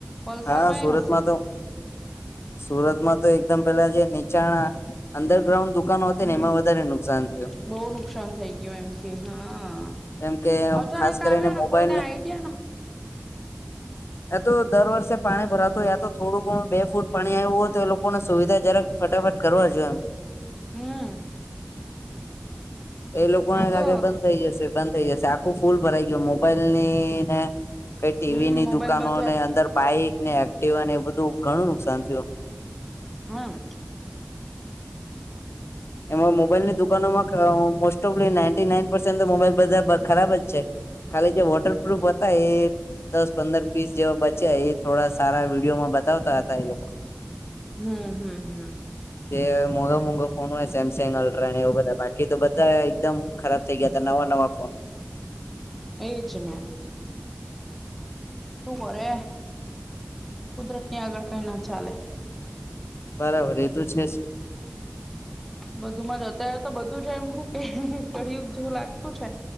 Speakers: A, in the centre; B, on the left (about 65°).
A: વલસાડમાં
B: હા સુરતમાં
A: એ હશે.
B: તો સુરતમાં તો એકદમ પેલા જે નીચાણા અંડરગ્રાઉન્ડ દુકાનો હતી
A: હમ
B: ને એમાં વધારે નુકસાન થયું.
A: બહુ નુકસાન થઇ ગયું એમ કે હા
B: કેમ કે
A: અચાનક
B: ખાસ કરીને
A: આવ્યો ને
B: મોબાઈલ
A: કોઈને આઈડિયા ન
B: તો દર વર્ષે પાણી ભરાત હોય યા તો થોડું ઘણું બે ફૂટ પાણી આવ્યું હોય તો એ લોકોને સુવિધા જરાક ફટાફટ કરવા જોઈએ એમ
A: હમ
B: એ લોકોને
A: આ
B: લાગે
A: તો
B: બંધ થઈ જશે બંધ થઈ જશે આખું ફૂલ ભરાઈ ગયું મોબાઈલની ને કઈ ટીવીની
A: હમ મોબાઈલ
B: દુકાનો
A: બજાર
B: ને અંદર બાઈક ને એક્ટિવાને એ બધું ઘણું નુકસાન થયું
A: હમ
B: એમાં મોબાઈલની દુકાનોમાં most of ninety nine percent તો મોબાઈલ બધા ખરાબ જ છે ખાલી જે વોટરપ્રૂફ હતા એ દસ પંદર પીસ જેવા બચ્યા એજ થોડા સારા વિડીયો માં બતાવતા હતા એ લોકો
A: હમ હમ હમ
B: જે મોંઘા મોંઘા ફોનો હોય સેમસંગ અલ્ટ્રા ને એવ બધા બાકી તો બધા એકદમ ખરાબ થઈ ગયા હતા નવા નવા ફોન
A: એજ ને શું કરે કુદરત ની આગળ કઈ ના ચાલે
B: બરાબર એ તો છે જ
A: બધું માં જ અત્યારે તો બધું છે એમ હું કે કરયું જેવું લાગતું છે